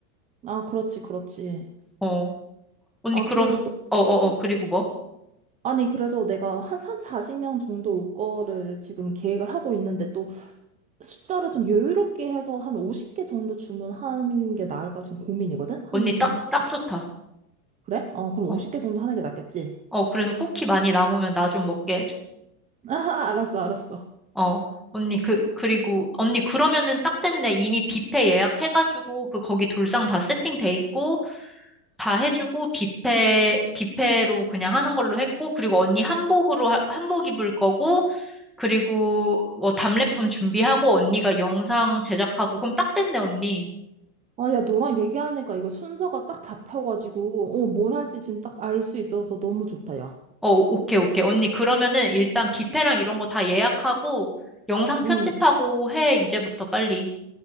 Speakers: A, on the right (about 15°); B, in the centre.
A: 아, 그렇지, 그렇지.
B: 어. 언니,
A: 아,
B: 그럼,
A: 그리고 또
B: 어어어, 그리고 뭐?
A: 아니, 그래서 내가 한 3, 40명 정도 올 거를 지금 계획을 하고 있는데 또 숫자를 좀 여유롭게 해서 한 50개 정도 주문하는 게 나을까 지금 고민이거든? 한
B: 언니 딱,
A: 40?
B: 딱 좋다.
A: 그래? 어, 그럼
B: 어,
A: 50개 정도 하는 게 낫겠지?
B: 어, 그래서 쿠키 많이 남으면 나 좀 먹게 해줘.
A: <laughs> 아, 알았어, 알았어.
B: 어, 언니, 그, 그리고, 언니, 그러면은 딱 됐네. 이미 뷔페 예약해가지고, 그, 거기 돌상 다 세팅돼 있고, 다 해주고, 뷔페, 뷔페로 그냥 하는 걸로 했고, 그리고 언니 한복으로, 하- 한복 입을 거고, 그리고, 뭐, 답례품 준비하고, 언니가 영상 제작하고, 그럼 딱 됐네, 언니.
A: 아, 야, 너랑 얘기하니까 이거 순서가 딱 잡혀가지고, 어, 뭘 할지 지금 딱 알 수 있어서 너무 좋다, 야.
B: 어, 오케이, 오케이. 언니, 그러면은 일단 뷔페랑 이런 거 다 예약하고, 영상 편집하고
A: 응.
B: 해, 이제부터 빨리.